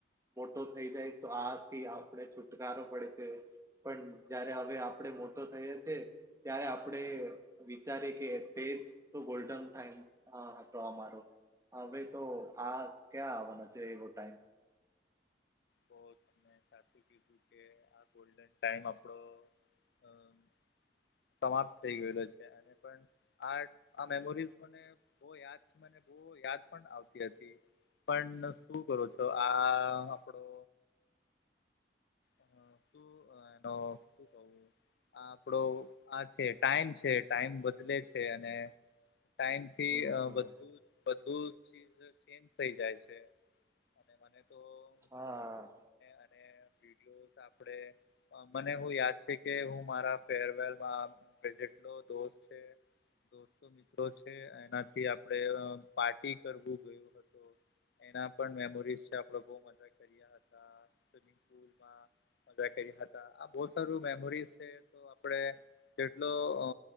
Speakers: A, on the right; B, on the left.
A: મોટો થઈ જાય તો આથી આપણે છુટકારો પડે છે- - પણ જયારે હવે આપડે મોટો થઈએ છીએ ત્યારે આપણેે- - વિચારે કે તેજ તો ગોલ્ડન ટાઈમ હતો અમારો- - હવે તો આ ક્યાં આવવાના છે એવો ટાઈમ- -
B: તો તને સાચું કીધું કે આ ગોલ્ડન ટાઈમ આપણો- - સમાપ્ત થઈ ગયેલો છે અને પણ આ આ મેમોરીઝ મને- - બઉ યાદ મને- - બઉ યાદ પણ આવતી હતી પણ શું કરો છો આ- - થોડો અ શુ એનો શુ કઉ આ આપડો આ છે ટાઈમ છે ટાઈમ બદલે છે અને- - ટાઈમ થી
A: હમ
B: અ
A: હમ
B: બધું- - બધું ચીજ ચેન્જ થઈ જાય છે અને મને તો- -
A: હા.
B: અને વિડીયો જ આપડે- - મને હું યાદ છે કે હું મારા ફેરવેલમાં- - અ જેટલો દોસ્ત છે- - દોસ્તો મિત્રો છે એનાથી આપડે પાર્ટી કરવું ગયો હતો. એના પણ મેમોરીઝ છે આપડો બહુ મજા કર્યા હતા સ્વિમિંગ પુલમાં- - મજા કર્યા હતા આ બહુ સારું મેમોરીઝ છે. તો આપણે કેટલો અ